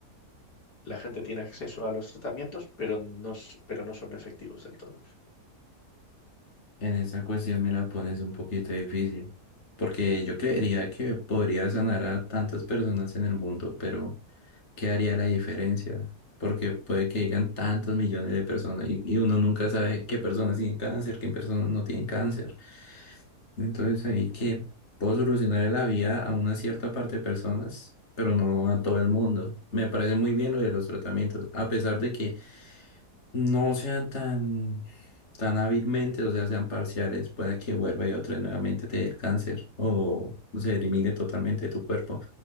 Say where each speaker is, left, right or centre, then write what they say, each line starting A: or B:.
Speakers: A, on the left; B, on the left.
A: la gente tiene acceso a los tratamientos, pero no, s- pero no son efectivos del todo.
B: En esa cuestión me la pones un poquito difícil, porque yo creería que podría sanar a tantas personas en el mundo, pero ¿qué haría la diferencia? Porque puede que llegan tantos millones de personas y, y uno nunca sabe qué personas tienen cáncer, qué personas no tienen cáncer. Entonces ahí que puedo solucionar la vida a una cierta parte de personas, pero no a todo el mundo. Me parece muy bien lo de los tratamientos, a pesar de que no sean tan, tan hábilmente, o sea, sean parciales, pueda que vuelva y otra vez nuevamente te dé el cáncer o se elimine totalmente de tu cuerpo.